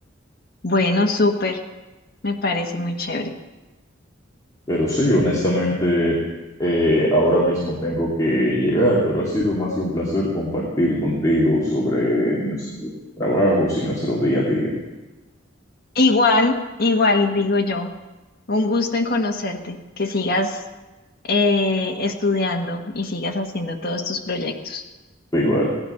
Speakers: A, on the left; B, on the left.
A: Bueno, súper. Me parece muy chévere.
B: Pero sí, honestamente, eh, ahora mismo tengo que llegar, pero ha sido más que un placer compartir contigo sobre nuestros trabajos y nuestro día a día.
A: Igual, igual digo yo. Un gusto en conocerte, que sigas eh, estudiando y sigas haciendo todos tus proyectos.
B: Igual.